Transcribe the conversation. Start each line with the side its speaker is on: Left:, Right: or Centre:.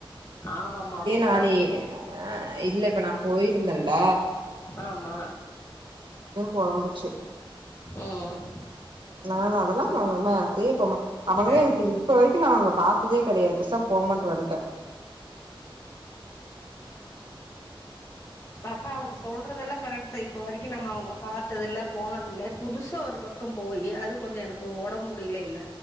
Left: ஆமாமா அப்டி
Right: நானே ஆஹ் இல்ல இப்ப நா போயிருந்தல்ல
Left: ஆமா
Right: பொழம்புச்சு
Left: ம்
Right: நான் அதெல்லா மா அம்மா அப்டியே இருப்போமா அவங்களே
Left: ஆ
Right: எனக்கு இப்ப வரைக்கும் நா அவங்கள பாத்ததே கெடையாது போசாம்போன்ட்டு வந்ட்டே
Left: பாப்பா அவங்க சொல்றதெல்லா கரெக்ட் தா இப்ப வரைக்கும் நம்ம அவங்கள பாத்ததுல்ல போனது இல்ல புதுசா ஒரு பக் கம் போயி அது கொஞ்சம் எனக்கு வொடம் முடியல இல்ல